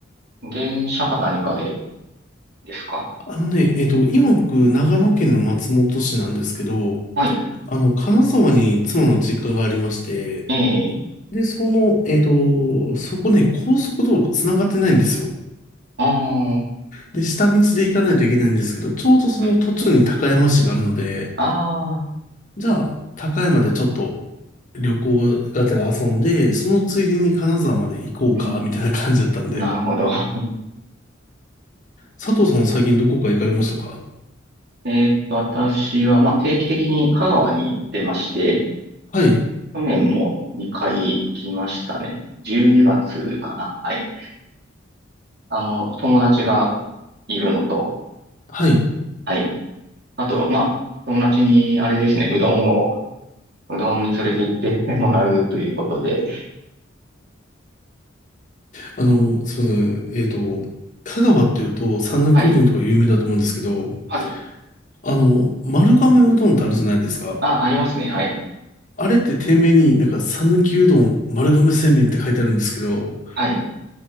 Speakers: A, on the right (about 55°); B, on the left (about 40°).
A: 電車か何かでですか
B: あのね、えっと、今僕、長野県の松本市なんですけど、
A: はい。
B: あの、金沢に妻の実家がありまして、
A: ええ
B: で、その、えっと、そこね、高速道路繋がってないんですよ。
A: ああ
B: で、下道で行かないといけないんですけど、ちょうどその途中に高山市があるので、
A: はい。ああ、
B: じゃあ、高山でちょっと旅行がてら遊んで、そのついでに金沢まで行こうか、
A: うん、
B: みたいな感じだったんで。
A: なるほど。<laughs>
B: 佐藤さんは最近どこか行かれましたか
A: えーっと、私は、まあ、定期的に香川に行ってまして、
B: はい。
A: 去年も2回きましたね。12月かな。はい。あの、友達がいるのと、
B: はい。
A: はい。あと、まあ、友達に、あれですね、うどんを、うどんに連れて行ってもらうということで、
B: あの、すみません。えっと、香川っていうと、讃岐うどんとか有名だと思うんですけど、
A: はい。はい。
B: あの、丸亀うどんってあるじゃないですか。
A: あ、ありますね。はい。
B: あれって店名になんか、讃岐うどん、丸亀製麺って書いてあるんですけど、
A: はい。